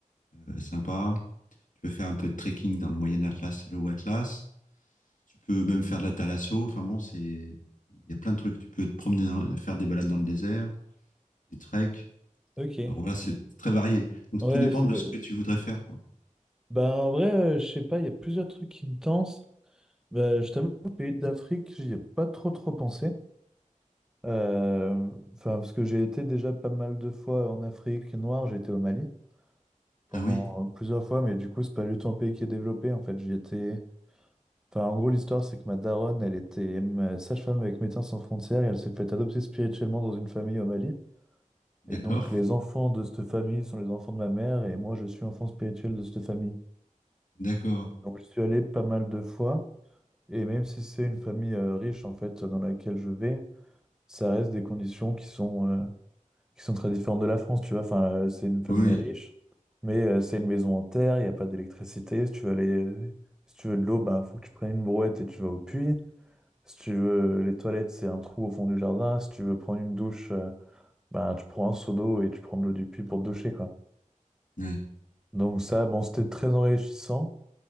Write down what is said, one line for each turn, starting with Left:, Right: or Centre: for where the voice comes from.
Left: euh, sympas. Tu peux faire un peu de trekking dans le Moyen Atlas et le Haut Atlas. Tu peux même faire de la thalasso. Enfin bon, c'est, il y a plein de trucs. Tu peux te promener, dans- faire des balades dans le désert, des treks.
Centre: Ok.
Left: Alors voilà, c'est très varié. Donc
Centre: Ouais,
Left: tout dépend
Centre: c'est...
Left: de
Centre: ouais.
Left: ce que tu voudrais faire, quoi.
Centre: Bah, en vrai, euh, je sais pas, il y a plusieurs trucs qui me tentent. Bah, je t'avoue, le pays d'Afrique, j'y ai pas trop trop pensé. Euh, Enfin, parce que j'ai été déjà pas mal de fois en Afrique noire. J'ai été au Mali pendant
Left: Ah oui,
Centre: plusieurs fois, mais du coup, c'est pas du tout un pays qui est développé. En fait, j'y étais. Enfin, en gros, l'histoire, c'est que ma daronne, elle était euh, sage-femme avec Médecins Sans Frontières et elle s'est fait adopter spirituellement dans une famille au Mali.
Left: d'accord,
Centre: Et donc, les enfants de cette famille sont les enfants de ma mère et moi, je suis enfant spirituel de cette famille.
Left: d'accord.
Centre: Donc, je suis allé pas mal de fois et même si c'est une famille euh, riche, en fait, dans laquelle je vais, ça reste des conditions qui sont, euh, qui sont très différentes de la France, tu vois. Enfin, euh, c'est une famille
Left: Oui,
Centre: riche, mais euh, c'est une maison en terre, il n'y a pas d'électricité. Si tu veux aller, euh, si tu veux de l'eau, ben, faut que tu prennes une brouette et tu vas au puits. Si tu veux, les toilettes, c'est un trou au fond du jardin. Si tu veux prendre une douche, euh, ben, tu prends un seau d'eau et tu prends de l'eau du puits pour te doucher, quoi.
Left: oui.
Centre: Donc ça, bon, c'était très enrichissant,